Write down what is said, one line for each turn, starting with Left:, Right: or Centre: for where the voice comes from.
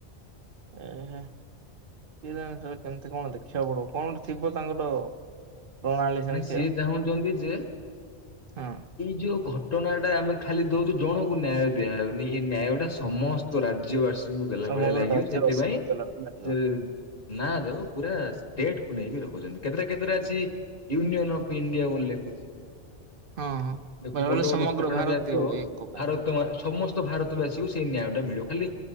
Right: ଏହେ କିଏ ଜାଣେ ସେ କେମତି କଣ ଦେଖିବାକୁ ପଡ଼ିବ କଣଟେ ଥିବ ତାଙ୍କର। ପ୍ରଣାଳୀ ସେମିତି
Left: ମାନେ ସିଏ
Right: ଆଉ
Left: ଚାହୁଁଚନ୍ତି ଯେ ଏଇ
Right: ହଁ
Left: ଯୋଉ ଘ ଟଣାଟା ଆମେ ଖାଲି ଦଉଚୁ ଜଣଙ୍କୁ ନ୍ୟାୟ ଦିଆହଉନି ଏ ନ୍ୟାୟଟା ସମସ୍ତ ରାଜ୍ୟବାସ୍ ତୁଙ୍କୁ ଦେଲା
Right: ସମଗ୍ର
Left: ଭଳିଆ ଲାଗିବ
Right: ରାଜ୍ୟ
Left: ସେଥିପାଇଁ
Right: ଅଶୀଘଣ୍ଟା ଲାଗିବ।
Left: ସେ ନାଁ ଦେବ ପୁରା ଷ୍ଟେଟ୍ କୁ ନେଇକି ରଖୁଚନ୍ତି କେତେଟା କେତେଟା ଅଛି ୟୁନଅନ୍ ଅଫ୍ ଇଣ୍ଡିଆ ବୋଲି ଲେଖୁଚି।
Right: ହଁ ହଁ
Left: ଏ
Right: ବେଳେବେଳେ
Left: ବଡ଼
Right: ସମଗ୍ର
Left: ବଡ଼ ଘଟଣା
Right: ଭାରତୀୟ
Left: ଯାହା ଥିବ
Right: ଏଙ୍କ ପାଇଁ
Left: ଭାର ତ ସମସ୍ତ ଭାରତବାସୀକୁ ସେଇ ନ୍ୟାୟଟା ମିଳିବ ଖାଲି